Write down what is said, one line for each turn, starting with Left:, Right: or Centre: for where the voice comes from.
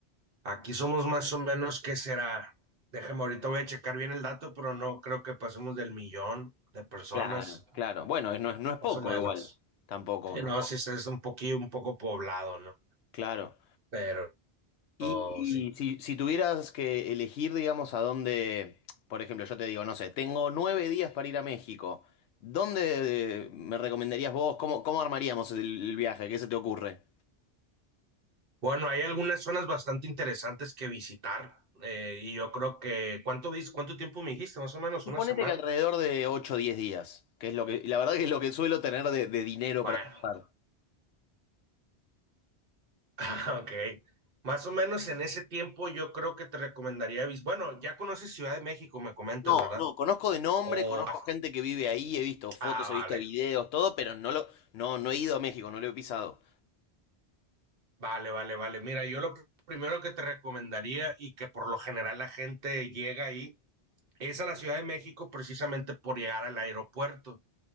Right: Aquí somos más o menos, ¿qué será? Déjame, ahorita voy a checar bien el dato, pero no creo que pasemos del millón de personas,
Left: Claro, claro. Bueno, es- no es, no es poco
Right: más o menos.
Left: igual, tampoco.
Right: Sí, no, sí, es un poquillo, un poco poblado, ¿no?
Left: Claro.
Right: Pero
Left: Y,
Right: sí.
Left: y si, si tuvieras que elegir, digamos, a dónde, por ejemplo, yo te digo, no sé, tengo nueve días para ir a México. ¿Dónde eh, me recomendarías vos? ¿Cómo, cómo armaríamos el, el viaje? ¿Qué se te ocurre?
Right: Bueno, hay algunas zonas bastante interesantes que visitar eh, y yo creo que, ¿cuánto, dis- cuánto tiempo me dijiste? Más o menos
Left: Suponete
Right: una semana.
Left: que alrededor de 8, o 10 días, que es lo que, la verdad que es lo que suelo tener de, de dinero
Right: Bueno,
Left: para gastar.
Right: <laughs> ok. Más o menos en ese tiempo yo creo que te recomendaría, vis- bueno, ya conoces Ciudad de México, me comentas,
Left: No,
Right: ¿verdad?
Left: no, conozco de nombre,
Right: O,
Left: conozco
Right: ah,
Left: gente que vive ahí, he visto fotos,
Right: ah, vale,
Left: he visto videos, todo, pero no lo, no, no he ido a México, no lo he pisado.
Right: vale, vale, vale. Mira, yo lo pr- primero que te recomendaría y que por lo general la gente llega ahí es a la Ciudad de México precisamente por llegar al aeropuerto.